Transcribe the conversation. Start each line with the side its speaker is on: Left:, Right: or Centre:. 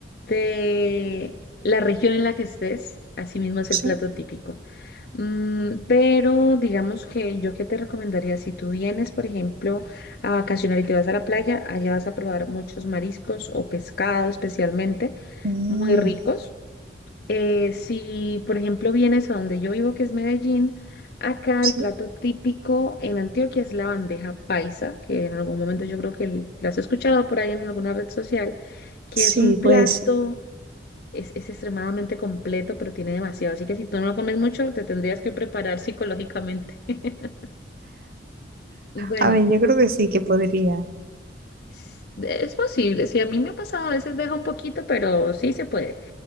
Left: de la región en la que estés, asimismo es
Right: Sí,
Left: el plato típico. Mm, pero digamos que yo qué te recomendaría, si tú vienes, por ejemplo, a vacacionar y te vas a la playa, allá vas a probar muchos mariscos o pescado especialmente,
Right: Mm,
Left: muy ricos. Eh, si, por ejemplo, vienes a donde yo vivo, que es Medellín, acá
Right: sí,
Left: el plato típico en Antioquia es la bandeja paisa, que en algún momento yo creo que l- la has escuchado por ahí en alguna red social, que
Right: sí,
Left: es un plato,
Right: puede ser.
Left: es, es extremadamente completo, pero tiene demasiado. Así que si tú no lo comes mucho, te tendrías que preparar psicológicamente. <laughs> Bueno,
Right: A ver, yo creo que sí que podría.
Left: s- es posible. Si a mí me ha pasado, a veces deja un poquito, pero sí se puede.